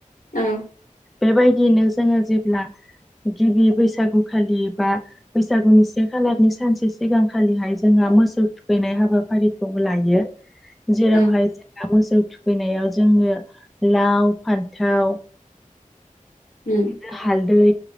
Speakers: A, on the left; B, in the centre.
A: उम।
B: बेबायदियैनो जोङो जेब्ला गिबि बैसागुखालि बा बैसागुनि सें खालारनि सानसे सिगांखालिहाय जोंहा मोसौ थुखैनाय हाबाफारिखौ लायो जेरावहाय
A: औ
B: जों मोसौ थुखैनायाव जोंङनो लाव फान्थाव
A: उम।
B: हालदै